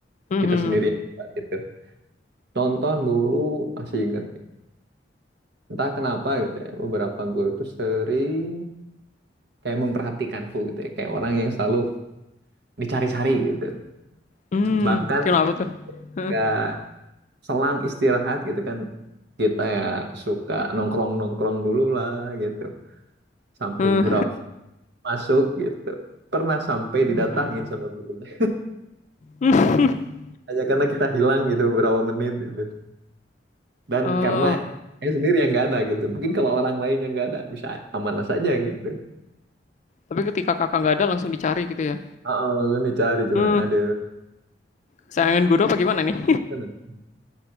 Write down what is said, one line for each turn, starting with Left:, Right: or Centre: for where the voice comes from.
Right: Kita
Left: hmm,
Right: sendiri yang buat itu. Contoh dulu masih inget, entah kenapa gitu ya, beberapa guru tuh sering kayak memperhatikanku gitu ya, kayak orang yang selalu dicari-cari gitu.
Left: hmm.
Right: Bahkan
Left: Kenapa tuh? Hah?
Right: gak selang istirahat gitu kan, kita ya suka nongkrong-nongkrong dulu lah gitu. Sampai
Left: Hah?
Right: beberapa masuk gitu. Pernah sampai didatangin
Left: Hmm.
Right: sama gurunya.
Left: <laughs>
Right: Hanya karena kita hilang gitu beberapa menit gitu. Dan
Left: Oh,
Right: karena saya sendiri yang nggak ada gitu. Mungkin kalau orang lain yang nggak ada bisa amanah saja gitu.
Left: tapi ketika kakak nggak ada langsung dicari gitu ya?
Right: Ah, langsung dicari coba.
Left: Hmm.
Right: Aduh.
Left: Sayangan guru apa gimana nih?
Right: Kan